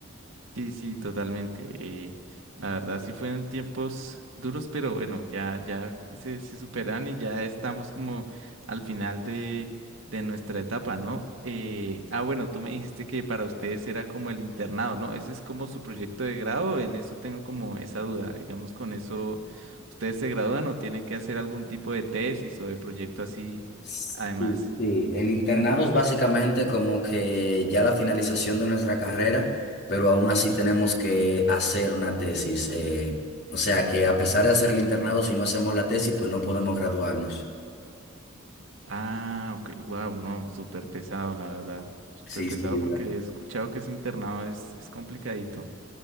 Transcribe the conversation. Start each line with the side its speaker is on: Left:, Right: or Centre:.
Right: Sí, sí, totalmente. eh, la verdad sí fueron tiempos duros, pero bueno, ya, ya se, se superan y ya estamos como al final de, de nuestra etapa, ¿no? Eh, ah, bueno, tú me dijiste que para ustedes era como el internado, ¿no? ¿Ese es como su proyecto de grado? En eso tengo como esa duda. Digamos, con eso, ¿ustedes se gradúan o tienen que hacer algún tipo de tesis o de proyecto así
Left: Sí,
Right: además?
Left: sí. El internado es básicamente como que ya la finalización de nuestra carrera, pero aún así tenemos que hacer una tesis. eh, o sea que a pesar de hacer el internado, si no hacemos la tesis, pues no podemos graduarnos.
Right: Ah, ok, wow, no, súper pesado, la verdad. Súper
Left: Sí,
Right: pesado
Left: sí, verdad-
Right: porque he escuchado que ese internado es, es complicadito.